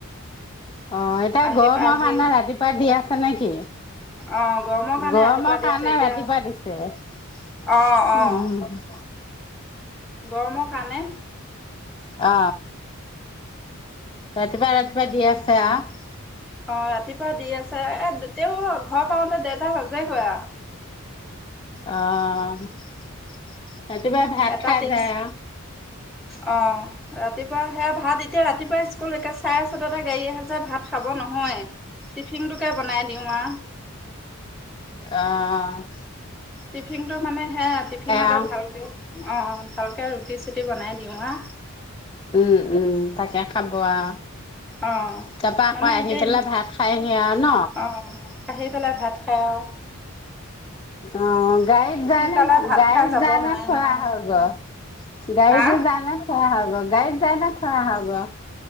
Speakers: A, on the left (about 25°); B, in the centre.
A: অঁ এতিয়া
B: আহি
A: গৰমৰ
B: পাহি
A: কাৰণে ৰাতিপুৱা দি আছে নেকি?
B: অ' গৰমৰ কাৰণে
A: গৰমৰ
B: ৰাতিপুৱা দিছে
A: কাৰণে
B: এতিয়া
A: ৰাতিপুৱা দিছে।
B: অ' অ'।
A: উম।
B: গৰমৰ কাৰণে।
A: অ। ৰাতিপুৱা ৰাতিপুৱা দি আছে আহ।
B: অঁ ৰাতিপুৱা দি আছে, এ তেওঁ ঘৰ পাওঁতে ডেৰটা বাজে গৈ আও।
A: অহ। ৰাতিপুৱা ভাত
B: এটা
A: খাই
B: তেইশ
A: যায়
B: অঁ।
A: আও।
B: ৰাতিপুৱা সে ভাত এতিয়া ৰাতিপুৱা স্কুল একে চাই চতাতে গাড়ী আহে যে ভাত খাব নহয়। টিফিন টোকে বনাই দিওঁ আ।
A: আঁ-
B: টিফিনটো মানে সেয়া টিফিনতে
A: আও।
B: ভালকে অঁ ভালকে ৰুটি চুটি বনাই দিওঁ আঁ।
A: উম উম' তাকে খাব আ।
B: অ
A: তাপা আকৌ
B: মানে
A: আহি
B: এতিয়া
A: পেলাই ভাত খাইহি আৰু ন।
B: অ আহি পেলাই ভাত খাই অঁ।
A: অঁ গাড়ীত যায়
B: সোনকালে
A: নে
B: ভাত
A: গাড়ীত
B: খাই যাব
A: যায়
B: নোৱাৰে
A: নে থই
B: নহয়
A: আহা গে? গাড়ীতে
B: হা
A: যায় নে থই আহা গৈ গাড়ী যায় নে থই আহা গৈ?